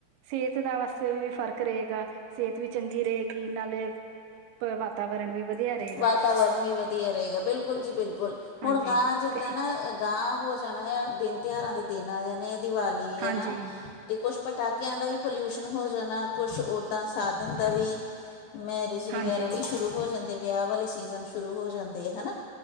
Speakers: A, on the right; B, on the left.
A: ਸਿਹਤ ਦਾ ਵਾਸਤੇ ਵੀ ਫ਼ਰਕ ਰਹੇਗਾ। ਸਿਹਤ ਵੀ ਚੰਗੀ ਰਹੇਗੀ ਨਾਲੇ ਵਾਤਾਵਰਨ ਵੀ ਵਧੀਆ ਰਹੇ
B: ਵਾਤਾਵਰਨ ਵੀ ਵਧੀਆ ਰਹੇਗਾ ਬਿਲਕੁਲ ਜੀ ਬਿਲਕੁਲ।
A: ਹਾਂਜੀ
B: ਹੁਣ ਗਾਂ ਜਿੱਦਾਂ
A: ਤੇ
B: ਨਾ ਗਾਂਹ ਹੋ ਜਾਣਾ ਆ ਦਿਨ ਤਿਉਹਾਰਾਂ ਦੇ ਦਿਨ ਆ ਜਾਣੇ ਦੀਵਾਲੀ
A: ਹਾਂਜੀ,
B: ਹੈ ਨਾ ਤੇ ਕੁਛ ਪਟਾਕਿਆਂ ਦਾ ਵੀ ਪੋਲਿਊਸ਼ਨ ਹੋ ਜਾਣਾ ਕੁਛ ਉੱਦਾਂ ਸਾਧਨ ਦਾ ਵੀ ਮੈਂ ਵਗੈਰਾ
A: ਹਾਂਜੀ,
B: ਵੀ ਸ਼ੁਰੂ ਹੋ ਜਾਂਦੇ ਵਿਆਹ ਵਾਲੇ ਸੀਜ਼ਨ ਸ਼ੁਰੂ ਹੋ ਜਾਂਦੇ, ਹਨਾ।